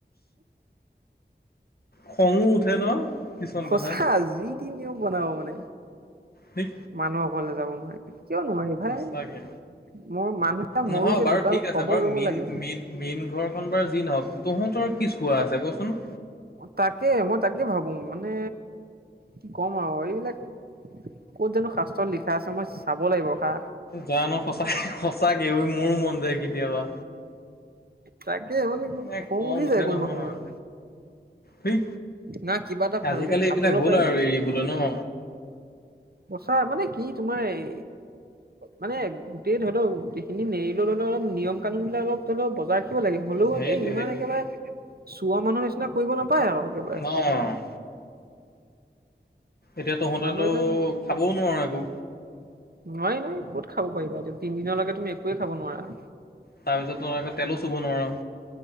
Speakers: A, on the left; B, on the right.
A: খঙো উঠে ন'? কিছুমান
B: সঁচা,
A: কথাত
B: যিতি নিয়ম বনাব মানে।
A: সেই
B: মানুহৰ ঘৰলৈ যাব নোৱাৰিবি, কিয় নোৱাৰিম? হেই,
A: সঁচাকে
B: মোৰ মানুহটো
A: নহয়
B: মৰিছে,
A: বাৰু
B: ঢুকাল
A: ঠিক আছে
B: খবৰ
A: বাৰু
B: ল'ব
A: মেইন
B: লাগে।
A: মেইন মেইন ঘৰখন বাৰু যি নহওঁক, তহঁতৰ কি চোৱা আছে কচোন?
B: তাকে, মই তাকে ভাবো মানে কি ক'ম আৰু এইবিলাক ক'ত জানো শাস্ত্ৰত লিখা আছে, মই চাব লাগিব হা।
A: জানো সঁচাক সঁচাকে মোৰো মন যায় কেতিয়াবা।
B: তাকে
A: মানে খং
B: উঠি
A: উঠে
B: যায় কোনোবা
A: নহয়
B: সময়ত
A: হেই,
B: না কিবা এটা ভালকে
A: আজিকালি
B: খাবলৈ
A: এইবিলাক হ'ল
B: পাৰি
A: আৰু এৰিবলৈ ন'?
B: সঁচা মানে কি তোমাৰ এই মানে গোটেই ধৰি লও গোটেইখিনি নেৰিলেও ধৰি লও অলপ নিয়ম কানুনবিলাক অলপ ধৰি লও বজাৰ থাকিব লাগে, হ'লেও
A: সেইটোৱে
B: একে ইমান
A: সেইটোৱে
B: একেবাৰে চোৱা মানুহৰ নিচিনা কৰিব নাপায় আৰু। একেবাৰে
A: অ'। এতিয়া তহঁতেতো
B: মানুহ এজন
A: খাবও নোৱাৰ একো।
B: নোৱাৰি নহয়, ক'ত খাব পাৰিবা এতিয়া, তিনদিনলৈকে তুমি একোৱে খাব নোৱাৰা।
A: তাৰপিছত তোৰ আকৌ তেলো চুব নোৱাৰ।